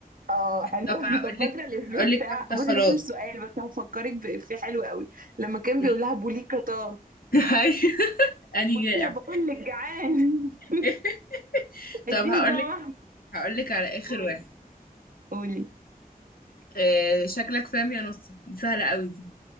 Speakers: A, on the right; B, on the left.
A: اه حلو
B: طب
A: <laughs>
B: هقولك
A: طب فاكره الافيه
B: هقولك
A: بتاع
B: واحدة خلاص
A: بصي ده مش سؤال بس هفكرك بافيه حلو قوي لما كان
B: قولي.
A: بيقول لها بوليكا طه
B: هاي <laughs> أني
A: قولي
B: جائع
A: يا بقول لك جعان <laughs>
B: <laughs> طب
A: اديني
B: هقولك
A: صباع واحد
B: هقولك على آخر
A: قولي
B: واحد
A: قولي
B: آه شكلك فاهم يا نصة دي سهلة قوي دي